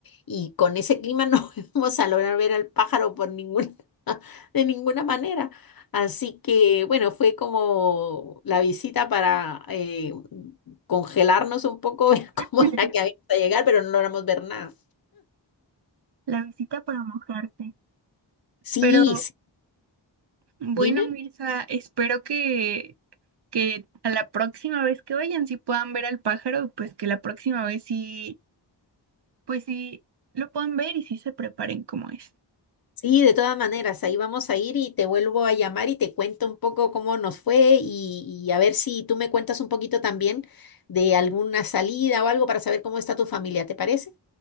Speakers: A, on the left; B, on the right.
A: y con ese clima no <laughs> íbamos a lograr ver al pájaro por ninguna, <laughs> de ninguna manera. Así que, bueno, fue como la visita para eh, congelarnos un poco, <laughs> ver cómo
B: <laughs>
A: era que habíamos a llegar, pero no logramos ver nada.
B: La visita para mojarte.
A: Sí,
B: Pero
A: sí,
B: bueno,
A: dime.
B: Mirza, espero que que a la próxima vez que vayan, si puedan ver al pájaro, pues que la próxima vez sí, pues sí lo puedan ver y sí se preparen como es.
A: Sí, de todas maneras, ahí vamos a ir y te vuelvo a llamar y te cuento un poco cómo nos fue y, y a ver si tú me cuentas un poquito también de alguna salida o algo para saber cómo está tu familia, ¿te parece?